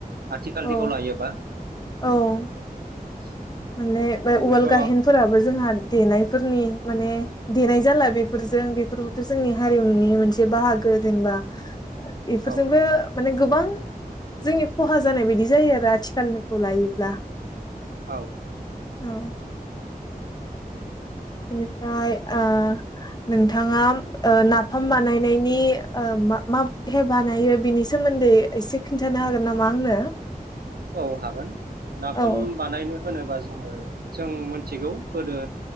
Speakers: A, on the right (about 85°); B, on the left (about 25°).
A: आथिखालनिखौ
B: औ
A: लायोबा <inaudible>
B: औ माने बे
A: ओरैनोथ'
B: उवाल गाहेनफोराबो जोंहा देनाय गोदोनि माने देनाय जाला बेफोरजों बेफोरथ' जोंनि हारिमुनि मोनसे बाहागो जेनेबा बेफोरजोंबो
A: औ
B: माने गोबां जोंनि खहा जानाय बायदि जायो आरो आथिखालखौ लायोब्ला
A: औ
B: औ बिनिफ्राय आ नोंथाङा ओ नाफाम बानायनायनि ओ मा बोरैहाय बानायो बिनि सोमोनदै सोमोनदै एसे खिनथानो हागोन नामा आंनो
A: औ हागोन नाफाम
B: औ
A: बानायनो होनोबा जोङो जों मिथिगौ गोदो